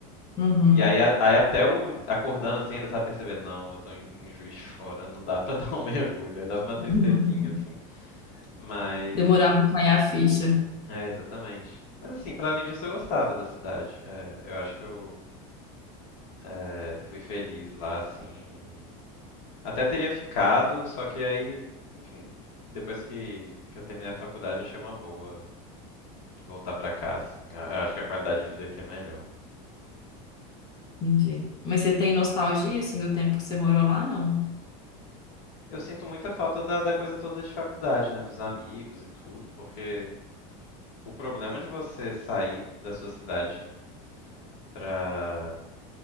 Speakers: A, on the left; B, on the left.
A: Uhum.
B: E aí, a- aí até eu acordando assim, ainda sabe perceber, não, eu tô em, em Juiz de Fora, não dá pra <laughs> dar um mergulho. Aí dava uma tristezinha
A: <laughs>
B: assim, mas.
A: Demorava pra cair a ficha.
B: É, exatamente. Mas assim, pra além disso, eu gostava da cidade. É, eu acho que eu é, fui feliz lá, assim. e Até teria ficado, só que aí, enfim, depois que, que eu terminei a faculdade, achei uma boa voltar pra cá, assim. A- Eu acho que a qualidade de vida aqui é melhor.
A: Entendi. Mas você tem nostalgia, assim, do tempo que você morou lá? Não.
B: Eu sinto muita falta da, da coisa toda de faculdade, né? Dos amigos e tudo, porque o problema de você sair da sua cidade pra.